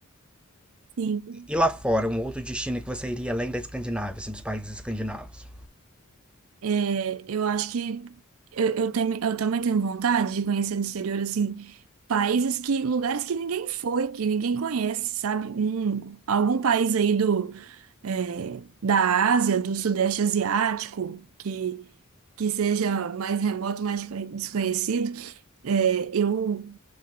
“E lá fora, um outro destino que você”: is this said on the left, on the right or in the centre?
Centre